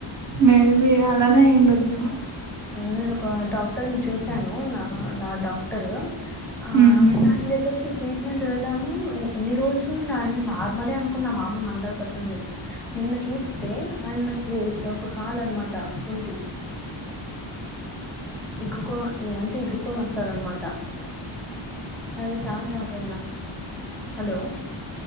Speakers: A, on the right; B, in the centre.
A: మేబి అలానే అయిండచ్చేమో
B: నేను ఒక డాక్టర్ ని చూసాను నా నా డాక్టర్ ఆ
A: హ్మ్. హ్మ్.
B: నేనా ఆయాన దగ్గర ట్రీట్మెంట్ వెళ్ళాను ఎన్ని రోజులు నేను ఆయన నార్మలే అనుకున్న మామూలు మనలా పర్సన్ అని నిన్న చూస్తే ఆయనకి ఒక కాలు అనమాట కుంటి ఎగ్గుకో ఏ అంటే ఇగ్గుకొని వస్తాడున్నమాట అది చాలా షాక్ అయినా హలో